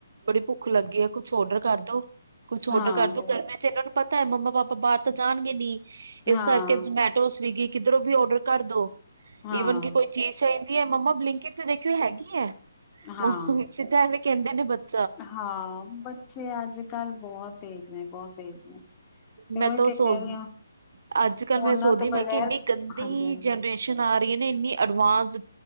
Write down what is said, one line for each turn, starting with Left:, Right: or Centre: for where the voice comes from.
Right: ਬੜੀ ਭੁੱਖ ਲੱਗੀ ਆ ਕੁੱਛ ਔਡਰ ਕਰ ਦੋ, ਕੁੱਛ ਔਡਰ
Left: ਹਾਂ
Right: ਕਰਦੋ ਕਰ ਮੈਂ ਤੇ ਇਨਾਂ ਨੂੰ ਪਤਾ ਮੰਮਾ ਪਾਪਾ ਬਾਹਰ ਤੇ ਜਾਣਗੇ ਨੀ, ਇਸ
Left: ਹਾਂ
Right: ਕਰਕੇ ਜਮੈਟੋ, ਸਵੀਗੀ ਕਿੱਧਰੋਂ ਵੀ ਔਡਰ ਕਰ ਦੋ
Left: ਹਾਂ
Right: ਈਵਨ ਕਿ ਕੋਈ ਚੀਜ਼ ਚਾਹੀਦੀ ਹੈ ਮੰਮਾ ਬਲਿੰਕਿਡ ਤੇ ਦੇਖਿਓ ਹੈਗੀ ਹੈ,
Left: ਹਾਂ
Right: ਮਮਾ ਸਿੱਧਾ ਐਵੇ ਕਹਿੰਦੇ ਨੇ ਬਚ
Left: ਹਾਂ ਬੱਚੇ ਅੱਜ ਕੱਲ੍ਹ ਬੋਹਤ ਤੇਜ਼ ਨੇ ਬੋਹਤ ਤੇਜ਼ ਨੇ। ਤੇ
Right: ਮੈਂ
Left: ਉਹੀ
Right: ਤਾਂ
Left: ਤੇ
Right: ਉਹ ਸੋਚ
Left: ਕਹਿ ਰਹੀ ਹਾਂ
Right: ਅੱਜ ਕੱਲ
Left: ਫੋਨਾਂ
Right: ਮੈਂ ਸੋਚਦੀ
Left: ਤੋਂ
Right: ਆ ਮੈਂ
Left: ਬਗੈਰ
Right: ਕਿਹਾ ਇੰਨੀ ਗੰਦੀ
Left: ਹਾਂਜੀ ਹਾਂਜੀ
Right: ਜਨਰੇਸ਼ਨ ਸ਼ਨ ਆ ਰਹੀ ਹੈ ਨਾ ਇੰਨੀ ਐਡਵਾਂਸ।